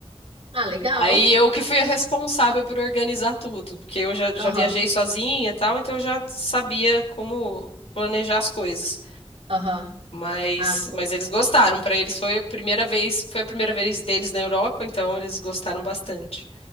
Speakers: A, on the right; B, on the left.
A: Ah, legal.
B: Aí eu que fui a responsável por organizar tudo, porque eu já, já
A: Aham,
B: viajei sozinha e tal, então eu já sabia como planejar as coisas.
A: aham.
B: Mas,
A: Ah, pô.
B: mas eles gostaram, para eles foi a primeira vez, foi a primeira vez deles na Europa, então eles gostaram bastante.